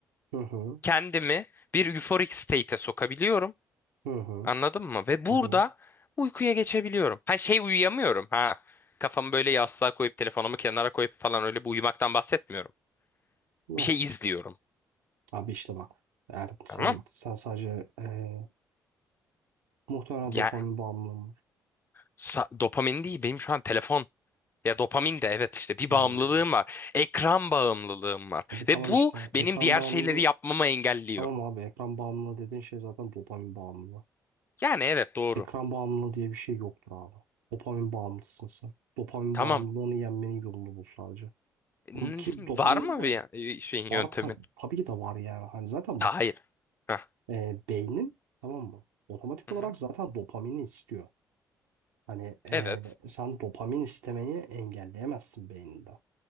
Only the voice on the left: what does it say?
kendimi bir euphoric state'e sokabiliyorum.
Anladın mı? Ve
burada
uykuya geçebiliyorum. Ha şey uyuyamıyorum ha. Kafamı böyle yastığa koyup telefonumu kenara koyup falan öyle bir uyumaktan bahsetmiyorum.
Bir şey izliyorum.
Tamam.
Ya
sa- dopamin değil benim şu an telefon Ya dopamin de evet işte bir
bağımlılığım
var. Ekran bağımlılığım var.
Ve bu
benim diğer
şeyleri yapmamı engelliyor.
Yani evet doğru.
Tamam.
N-
Var mı
bir ya- şeyin
yöntemin?
Ta-
Hayır. Heh.
Hı
hı.
Evet.